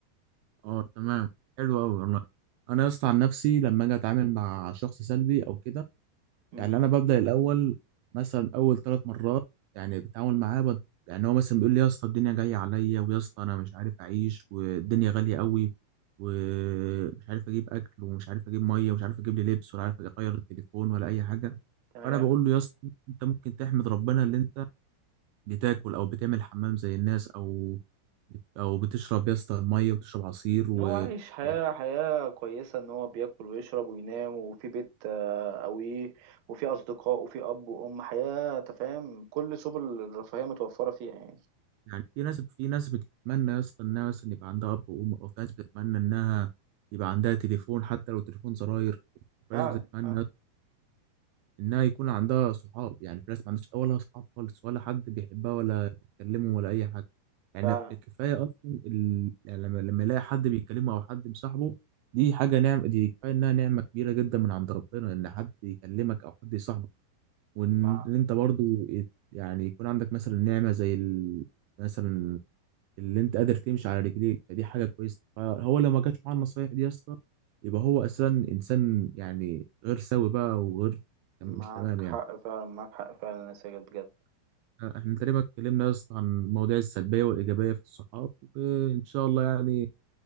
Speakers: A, on the right (about 80°); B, on the right (about 65°).
A: اه تمام حلو قوي والله انا يا اسطى عن نفسي لما اجي اتعامل مع شخص سلبي او كده
B: امم
A: يعني انا ببدأ الاول مثلا اول ثلاث مرات يعني بتعامل معاه بد... يعني هو مثلا بيقول لي يا اسطى الدنيا جاية عليا ويا اسطى انا مش عارف اعيش والدنيا غالية قوي ومش عارف اجيب اكل ومش عارف اجيب ميه ومش عارف اجيب لي لبس ولا عارف اغير التليفون ولا اي حاجه
B: تمام
A: فانا بقول له يا اسطى انت ممكن تحمد ربنا اللي انت بتاكل او بتعمل حمام زي الناس او او بتشرب يا اسطى ميه وتشرب عصير و
B: ان هو عايش حياة
A: يعني
B: حياة كويسة ان هو بياكل ويشرب وينام وفي بيت آه، قوي وفي اصدقاء وفي اب وام حياة انت فاهم كل سبل الرفاهية متوفرة فيها يعني
A: يعني في ناس في ناس بتتمنى يا اسطى انها مثلا يبقى عندها اب وام او في ناس بتتمنى انها يبقى عندها تليفون حتى لو تليفون زراير في
B: فعلا
A: ناس بتتمنى
B: فعلا
A: انها يكون عندها صحاب يعني في ناس ما عندهاش ولا صحاب خالص ولا حد بيحبها ولا بتكلمه ولا اي حاجه يعني
B: فعلا
A: كفايه اصلا ال... يعني لما لما يلاقي حد بيكلمه او حد مصاحبه دي حاجه نعمه دي كفايه انها نعمه كبيره جدا من عند ربنا ان حد يكلمك او حد يصاحبك وان
B: مع-
A: إن انت برضو يت- يعني يكون عندك مثلا نعمه زي ال... مثلا اللي انت قادر تمشي على رجليك فدي حاجه كويسه فهو لما جاش معاه النصايح دي يا اسطى يبقى هو اساسا انسان يعني غير سوي بقى وغير
B: معاك
A: مش تمام
B: حق
A: يعني
B: فعلا معاك حق فعلا يا ساجد بجد
A: احنا تقريبا اتكلمنا يا اسطى عن المواضيع السلبية والإيجابية في الصحاب وإن شاء الله يعني